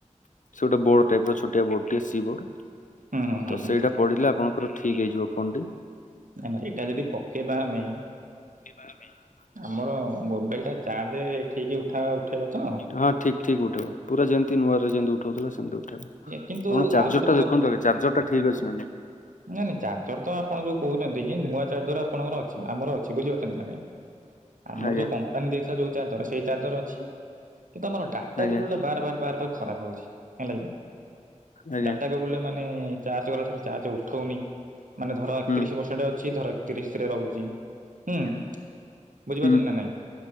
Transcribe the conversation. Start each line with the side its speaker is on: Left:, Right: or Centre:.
Left: ସେ ଗୋଟେ ବୋର୍ଡ ଟାଇପ ର ଛୋଟିଆ ବୋର୍ଡ଼ ଟେ ସି ବୋର୍ଡ
Right: ହୁଁ ହୁଁ ହୁଁ
Left: ତ
Right: ହୁଁ
Left: ସେଇଟା ପଡିଲେ ଆପଣ ର ଠିକ୍ ହେଇଯିବ ଫୋନଟି
Right: ନା ନା ଏଟା ଯଦି ପକେଇବା ଆମେ
Left: କାହା ପାଇଁ?
Right: ଆମର ମୋବାଇଲ ଟା ଚାର୍ଜ ଠିକ ଉଠା ଉଠେଇବ ତ?
Left: ହଁ ଠିକ୍ ଉଠେଇବ ପୁରା ଯେମତି ନୂଆରେ ଯେମିତି ଉଠଉଥିଲା ସେମିତି ଉ ଆପଣ
Right: କିନ୍ତୁ
Left: ଚାର୍ଜର
Right: ଆଉ ଗୋଟେ
Left: ଟା
Right: ପ
Left: ଦେଖନ୍ତୁ ଆଗ ଚାର୍ଜର ଟା ଠିକ୍ ଅଛି ନା ନାଇଁ।
Right: ନାଇଁ ନାଇଁ ଚାର୍ଜର ତ ଆପଣ ଯୋଉ କହୁଛନ୍ତି ନୂଆ ଚାର୍ଜର ଆପଣଙ୍କର ଅଛି ଆମର ଅ ସେ ବୁଝିପାରୁଛନ୍ତି ନା ନାଇଁ? ଆମର
Left: ଆଜ୍ଞା
Right: ଯୋଉ କମ୍ପାନୀ ଦେଇଥିଲା ଯୋଉ ଚାର୍ଜର ସେଇ ଚାର୍ଜର ଅଛି। କିନ୍ତୁ ଆମର ଡାଟା
Left: ଆଜ୍ଞା।
Right: କେବୁଲ ଟା ବାର ବାର ବାର ବାର ଖରାପ ହଉଛି ହେଲା କି।
Left: ଆଜ୍ଞା
Right: ଡାଟା କେବୁଲ୍ ଟା ମାନେ ଚାର୍ଜ କଲା ଠାରୁ ଚାର୍ଜ ଉଠଉନି। ମାନେ ଧର ଏକତିରିଶ
Left: ହୁଁ
Right: ପରସେଣ୍ଟ ଅଛି ଧର ଏକତିରିଶ ରେ ରହୁଛି ହୁଁ। ବୁଝିପାରୁଛନ୍ତି
Left: ହୁଁ
Right: ନା ନାଇଁ